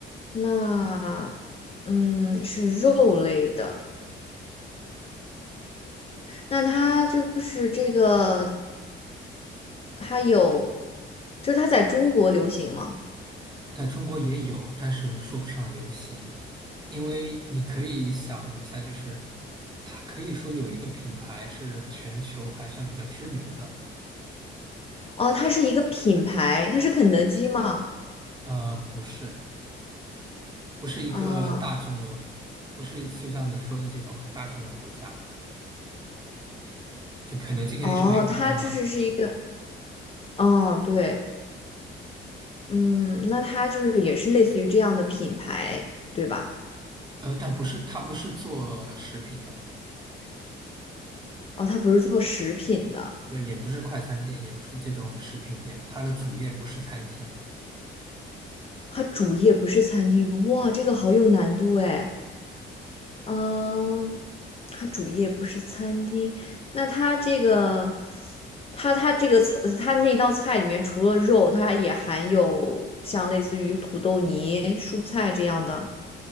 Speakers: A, on the left (about 30°); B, on the right (about 20°).
A: 那，嗯，是肉类的，那它就是这个，它有，就是它在中国流行吗？
B: 但中国也有，但是说不上流行，因为你可以想一下，就是它可以说有一个品牌是全球还算比较知名的，
A: 哦，它是一个品牌，它是肯德基吗？
B: 呃，不是，不是一个大众的，
A: 啊、
B: 不是就像你说的这种很大众的国家。就肯德基肯定是美国的嘛，
A: 哦，它就是是一个，嗯，对。嗯，那它就是也是类似于这样的品牌，对吧？
B: 呃，但不是，它不是做食品的，
A: 哦，它不是做食品的，
B: 对，也不是快餐店，也不是这种食品店，它的主业不是餐厅。
A: 它主业不是餐厅。哇，这个好有难度哎。嗯，它主业不是餐厅，那它这个，它它这个菜，它那道菜里面除了肉，它也含有像类似于土豆泥、蔬菜这样的。